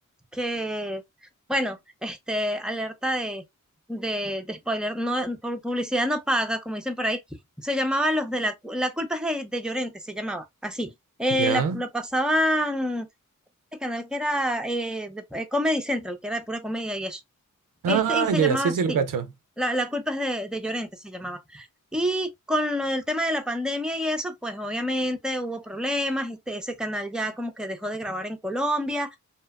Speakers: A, in the centre; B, on the right.
A: que, bueno, este, alerta de, de, de spoiler, no, por publicidad no paga, como dicen por ahí, se llamaba Los de la, Cu- la culpa es de, de Llorente, se llamaba, así. Eh,
B: Ya.
A: la- lo pasaban este canal que era eh, de- eh, Comedy Central, que era de pura comedia y eso.
B: Ah,
A: Este, y se
B: ya,
A: llamaba
B: ya, sí,
A: así,
B: sí, lo cacho.
A: la, la culpa es de, de Llorente, se llamaba. Y con lo del tema de la pandemia y eso, pues obviamente hubo problemas, este, ese canal ya como que dejó de grabar en Colombia